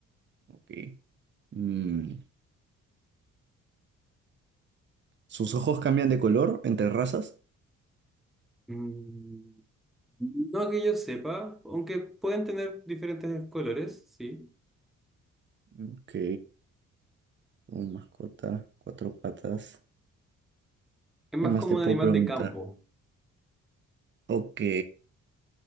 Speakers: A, on the right (about 40°); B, in the centre.
A: Ok. Mm, ¿Sus ojos cambian de color entre razas?
B: Mm, No que yo sepa, aunque pueden tener diferentes colores, sí.
A: Ok, como mascota, cuatro patas.
B: Es más
A: ¿Qué más
B: como
A: te
B: un
A: puedo
B: animal
A: preguntar?
B: de campo.
A: Ok,